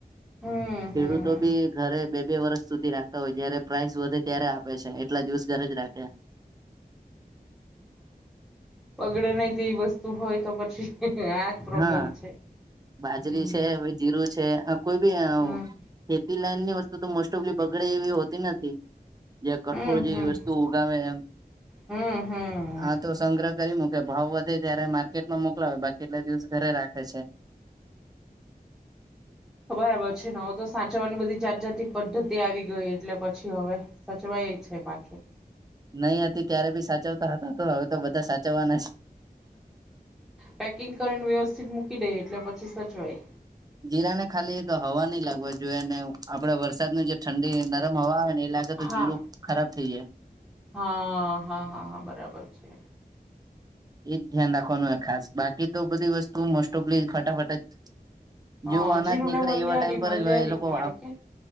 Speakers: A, in the centre; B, on the right (about 25°).
A: હમ
B: ખેડૂતો
A: હમ હમ
B: ભી ઘરે બે બે વર્ષ સુધી રાખતા હોય જયારે પ્રાઇસ વધે ત્યારે આપે છે, એટલા દિવસ ઘરે જ રાખે.
A: હ બગડે નહીં તેવી વસ્તુ હોય તો પછી પ્રોબ્લેમ
B: હા
A: છે
B: બાજરી
A: હમ
B: છે જીરું છે, આ કોઈ બી
A: હમ
B: ખેતી લાઈન ની વસ્તુ તો મોસ્ટ ઓફલી બગડે એવી હોતી નથી. જે કઠોળ
A: હમ
B: જેવી
A: હમ
B: વસ્તુ ઉગાવે એમ
A: હમ હમ
B: આ તો સંગ્રહ કરી મુકે ભાવ વધે ત્યારે માર્કેટમાં મોકલાવે બાકી કેટલા દિવસ ઘરે રાખે છે.
A: બરાબર છે, ને હવે તો સાચવવાની બધી જાત જાતી પદ્ધતિ આવી ગઈ એટલે પછી હવે, સચવાય છે, પાછો
B: નહીં હતી ત્યારે બી સાચવતા હતા તો હવે તો બધા સાચવવાના છે.
A: પેકિંગ કરીને વ્યવસ્થિત મૂકી દે એટલે પછી સચવાય.
B: જીરાને ખાલી હવા નહી લાગવા જોઈએ ને આપડે વરસાદ ન જે ઠંડી નરમ હવા આવે ને એ લાગે. તો
A: હા
B: જીરું ખરાબ થઈ જાય.
A: હા હા હા હા બરાબર છે.
B: એજ ધ્યાન રાખવાનું ખાસ બાકી તો બધી વસ્તુ મોસ્ટ ઓફ ફટાફટ જ
A: હા
B: જેવું અનાજ
A: જીરું
B: નીકળે
A: ને વલિયારી
B: એવા ટાઈમ પર
A: વલિયારી
B: જ એ લોકો
A: મળે
B: વાવ
A: કે